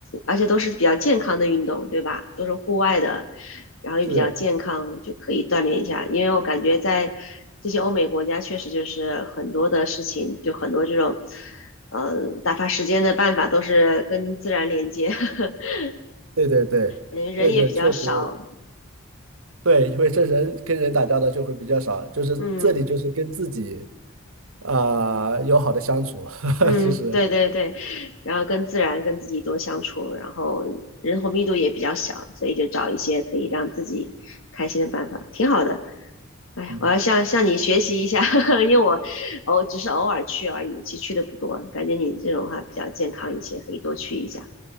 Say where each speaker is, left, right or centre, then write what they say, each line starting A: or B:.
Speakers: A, on the left; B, on the right.
A: 而且都是比较健康的运动，对吧？都是户外的，然后也比较健康，
B: 是，
A: 就可以锻炼一下。因为我感觉在这些欧美国家，确实就是很多的事情，就很多这种，呃，打发时间的办法都是跟自然连接，<laughs>
B: 对对对，
A: 嗯，人也比较少，
B: 这个确实对，因为这人跟人打交道就会比较少，就是这里就是跟自己
A: 嗯。
B: 啊、友好的相处，<laughs>
A: 嗯，
B: 其实
A: 对对对，然后跟自然、跟自己多相处，然后人口密度也比较小，所以就找一些可以让自己开心的办法，挺好的。哎，
B: 嗯
A: 我要向向你学习一下，<laughs> 因为我我只是偶尔去而已，其实去的不多。感觉你这种话比较健康一些，可以多去一下。